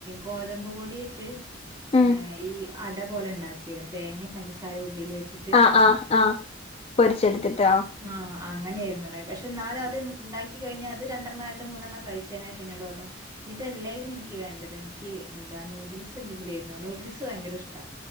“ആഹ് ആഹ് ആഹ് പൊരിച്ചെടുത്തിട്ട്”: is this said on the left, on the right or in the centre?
Left